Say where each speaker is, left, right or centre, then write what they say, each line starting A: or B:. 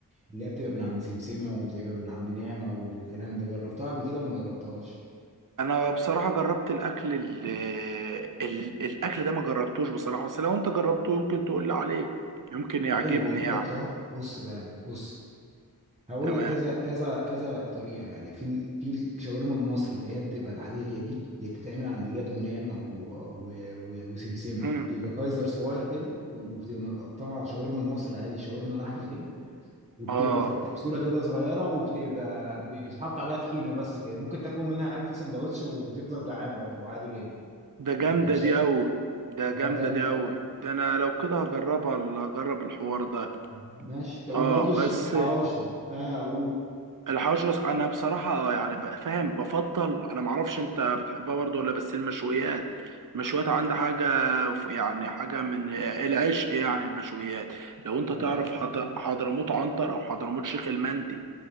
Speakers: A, on the right; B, on the right.
A: اللي هي بتبقى من عند سمسمه وبتبقى من عند نعمه والكلام ده جربتها قبل كده ولا ما جربتهاش
B: أنا بصراحة جربت الأكل ال... ال... الأكل ده ما جربتوش بصراحة بس لو أنت جربته يمكن تقول لي عليه يمكن يعجبني
A: هي انا بقول
B: يعني
A: لك اهو بص بقى بص هقول
B: تمام
A: لك كذا كذا كذا طريقه يعني في ال- في الشاورما المصري اللي هي بتبقى العاديه دي اللي بتتعمل عند جاد ونعمه و... و... و... وسمسمه
B: مم.
A: بتبقى كايزر صغير كده وبتبقى متقطعه شاورما مصري عادي شاورما لحمه كده وبتبقى
B: اه
A: في الكبسوله كده صغيره وبتبقى ب- بيتحط عليها طحينه بس كده ممكن تاكل منها 1000 سندوتش وبتفضل جعان برضو عادي جدا
B: ده جامدة
A: فانا شايف
B: دي أوي ده جامدة
A: اه جامد
B: دي
A: قوي
B: أوي ده أنا لو كده هجربها ال- هجرب الحوار ده
A: ماشي طب
B: اه
A: وبرضه الش-
B: بس
A: الحواوشي اه اقول
B: الحواوشي رأس أنا بصراحة آه، يعني ب- فاهم بفضل أنا معرفش أنت بتحبها برضه ولا بس المشويات المشويات عندي حاجة ف- يعني حاجة من العشق يعني المشويات لو أنت
A: اه
B: تعرف
A: طبعا
B: حض- حضرموت عنتر أو حضرموت شيخ المندي